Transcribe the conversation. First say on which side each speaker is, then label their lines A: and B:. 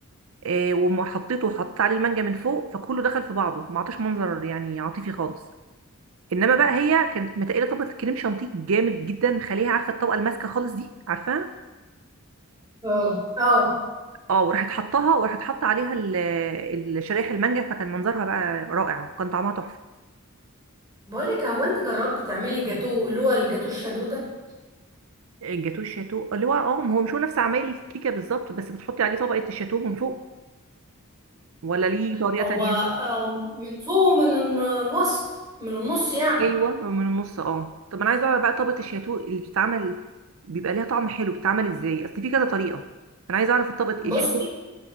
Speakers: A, on the right (about 70°); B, on the right (about 15°).
A: آه، وما حطيته وحطيت عليه المانجا من فوق فكله دخل في بعضه ما عطاش منظر يعني عاطفي خالص انما بقى هي كانت متقله طبقه الكريم شانتيه جامد جدا مخليها عارفه الطبقه الماسكه خالص دي عارفاها
B: اه اه
A: اه وراحت حطاها وراحت حط عليها ال- ال- شرايح المانجا فكان منظرها بقى رائع وكان طعمها تحفه
B: بقول لك هو انت جربت تعملي الجاتو اللي هو الجاتو الشدوده
A: الجاتوه الشاتو اللي هو اه هو مش هو نفس عمايل الكيكه بالظبط بس بتحطي عليه طبقه الشاتو من فوق ولا ليه طريقه
B: هو
A: تانية
B: آه، من فوق من ال- الوسط من النص يعني
A: ايوه من النص اه طب انا عايزه اعرف بقى طبقه الشاتو اللي بتتعمل بيبقى ليها طعم حلو بتتعمل ازاي اصل في كذا طريقه انا عايزه اعرف الطبقه
B: بصي
A: الشاتو اللي